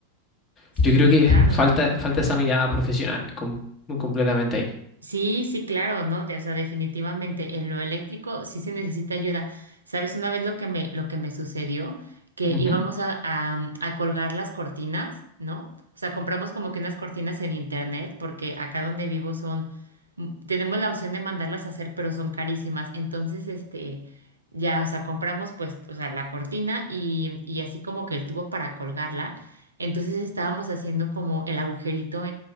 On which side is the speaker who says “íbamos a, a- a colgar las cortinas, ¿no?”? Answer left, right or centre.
Right